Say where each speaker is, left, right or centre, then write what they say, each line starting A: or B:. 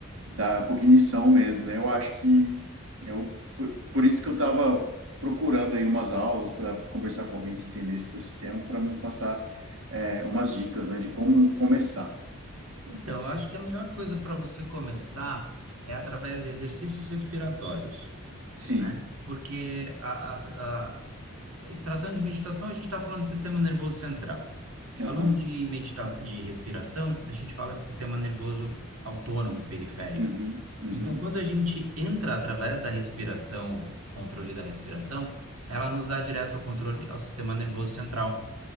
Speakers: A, on the right; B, on the right.
A: da cognição mesmo, né? Eu acho que eu por, por isso que eu estava procurando aí umas aulas para conversar com alguém que entendesse desse tema para me passar é, umas dicas, né, de como começar.
B: Então, eu acho que a melhor coisa para você começar é através de exercícios respiratórios,
A: Sim.
B: né? Porque a, a, a, se tratando de meditação, a gente está falando de sistema nervoso central.
A: Aham.
B: Falando de medita de respiração, a gente fala de sistema nervoso autônomo, periférico.
A: Uhum. Uhum.
B: Então, quando a gente entra através da respiração, controle da respiração, ela nos dá direto ao controle ao sistema nervoso central.